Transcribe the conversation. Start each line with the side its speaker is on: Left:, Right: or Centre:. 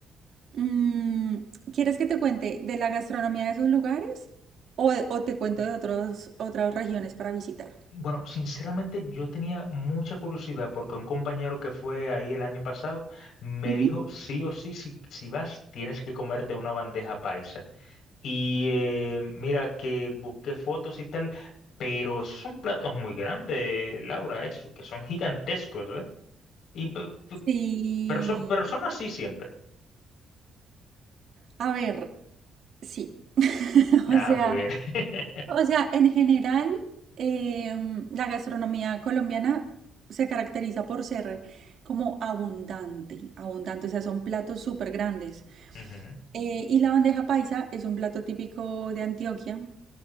Right: Mm, ¿quieres que te cuente de la gastronomía de esos lugares o, de- o te cuento de otros, otras regiones para visitar?
Left: Bueno, sinceramente yo tenía mucha curiosidad porque un compañero que fue ahí el año pasado me
Right: Ujú.
Left: dijo, sí o sí, si, si vas, tienes que comerte una bandeja paisa. Y eh, mira que busqué fotos y tal, pero esos son platos muy grandes, Laura, eso, que son gigantescos, ¿eh? Y pe- pe-
Right: Sí.
Left: perso- personas sí siempre.
Right: A ver, sí. <laughs> O
Left: Ah,
Right: sea,
Left: muy bien. <laughs>
Right: O sea, en general, em, la gastronomía colombiana se caracteriza por ser como abundante, abundante, o sea, son platos súper grandes.
Left: Ujú.
Right: Eh, y la bandeja paisa es un plato típico de Antioquia